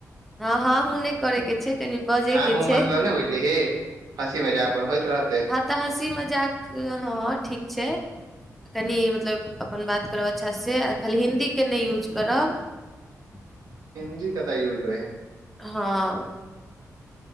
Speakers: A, in the centre; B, on the right (about 75°).
A: हँ हँ हू नहि करे के छै कनि बजे
B: हँ
A: के छै
B: हूँ मतलब नहि बुझली हे हँसी मजा अपन होइत रहतेै
A: आतऽ हँसी मजाक हँ ठीक छै कनि मतलब अपन बात करब अच्छासे आ खाली हिन्दीके नहि यूज करब <inaudible>
B: हिन्दी कतय यूज होइ हई
A: हँ